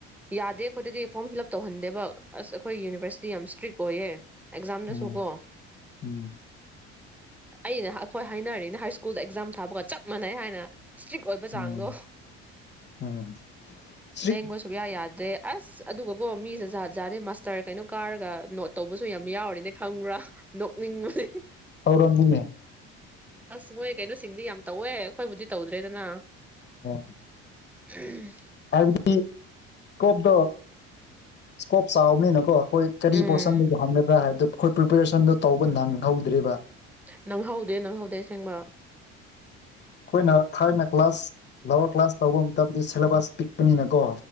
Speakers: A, in the centre; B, on the left (about 40°).
A: ꯌꯥꯗꯦ ꯑꯩꯈꯣꯏꯗꯗꯤ ꯐꯣꯔꯝ ꯐꯤꯜ ꯑꯞ ꯇꯧꯍꯟꯗꯦꯕ ꯑꯁ ꯑꯩꯈꯣꯏ ꯌꯨꯅꯤꯚꯔꯁꯤꯇꯤ ꯌꯥꯝꯅ ꯏꯁꯇ꯭ꯔꯤꯛ ꯑꯣꯏꯌꯦ ꯑꯦꯛꯖꯥꯝꯗꯁꯨꯀꯣ
B: ꯎꯝ ꯎꯝ
A: ꯑꯩꯅ ꯑꯩꯈꯣꯏ ꯍꯥꯏꯅꯔꯤꯅꯤ ꯍꯥꯏ ꯁ꯭ꯀꯨꯜꯗ ꯑꯦꯛꯖꯥꯝ ꯊꯥꯕꯒ ꯆꯞ ꯃꯥꯟꯅꯩ ꯍꯥꯏꯅ ꯏꯁꯇ꯭ꯔꯤꯛ ꯑꯣꯏꯕ ꯆꯥꯡꯗꯣ
B: ꯎꯝ ꯎꯝ ꯁ꯭ꯔꯤ
A: ꯂꯦꯡꯉꯣ ꯁꯨꯕꯌꯥ ꯌꯥꯗ꯭ꯔꯦ ꯑꯁ ꯑꯗꯨꯒꯀꯣ ꯃꯤꯁꯦꯖꯥꯠꯖꯥ ꯃꯥꯁꯇꯔ ꯀꯩꯅꯣ ꯀꯥꯔꯒ ꯅꯣꯠ ꯇꯧꯕꯁꯨ ꯌꯥꯝ ꯌꯥꯎꯔꯤꯅꯦ ꯈꯪꯕ꯭ꯔꯥ ꯅꯣꯛꯅꯤꯡꯕꯗꯤ
B: ꯇꯧꯔꯝꯅꯤꯅꯦ
A: ꯑꯁ ꯃꯣꯏ ꯀꯩꯅꯣꯁꯤꯡꯗꯤ ꯌꯥꯝ ꯇꯧꯋꯦ ꯑꯩꯈꯣꯏꯕꯨꯗꯤ ꯇꯧꯗ꯭ꯔꯦꯗꯅ
B: ꯑꯣ
A: ꯎꯝ
B: ꯍꯥꯏꯕꯗꯤ ꯏꯁꯀꯣꯞꯇꯣ ꯏꯁꯀꯣꯞ ꯆꯥꯎꯕꯅꯤꯅ ꯍꯣꯏ ꯀꯔꯤ
A: ꯎꯝ
B: ꯄꯣꯔꯁꯟꯗꯒꯤ ꯍꯪꯒꯕ꯭ꯔꯥ ꯍꯥꯏꯕꯗꯨ ꯑꯩꯈꯣꯏ ꯄ꯭ꯔꯤꯄꯦꯔꯦꯁꯟꯗꯣ ꯇꯧꯕ ꯅꯪꯍꯧꯗ꯭ꯔꯔꯤꯕ
A: ꯅꯪꯍꯧꯗꯦ ꯅꯪꯍꯧꯗꯦ ꯑꯁꯦꯡꯕ
B: ꯑꯩꯈꯣꯏꯅ ꯊꯥꯔꯅ ꯀ꯭ꯂꯥꯁ ꯂꯋꯥꯔ ꯀ꯭ꯂꯥꯁ ꯇꯧꯕ ꯃꯇꯝꯗ ꯁꯤꯦꯂꯦꯕꯁ ꯄꯤꯛꯄꯅꯤꯅꯀꯣ